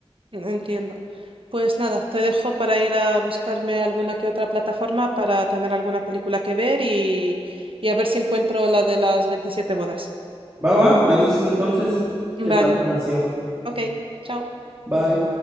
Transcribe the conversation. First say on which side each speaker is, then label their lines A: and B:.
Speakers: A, on the right (about 60°); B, on the right (about 25°).
A: entiendo. Pues nada, te dejo para ir a buscarme alguna que otra plataforma para tener alguna película que ver y, y a ver si encuentro la de las 27 bodas.
B: Va, va, me avisas entonces,
A: Vale,
B: ¿qué tal te pareció?
A: ok, chao.
B: Bye.